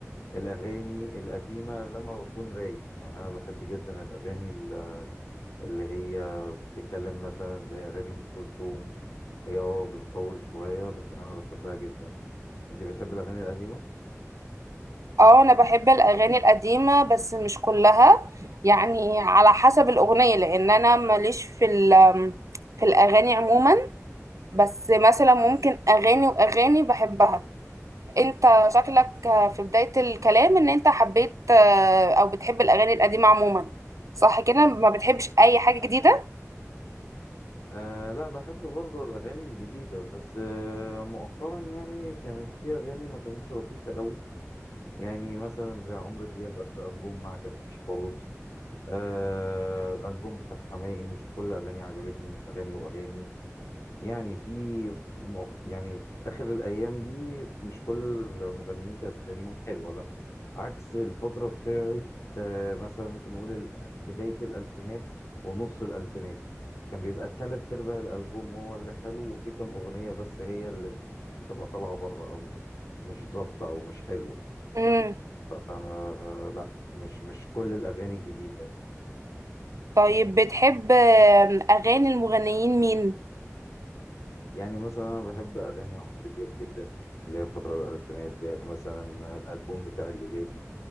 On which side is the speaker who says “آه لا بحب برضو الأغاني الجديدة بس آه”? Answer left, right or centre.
Left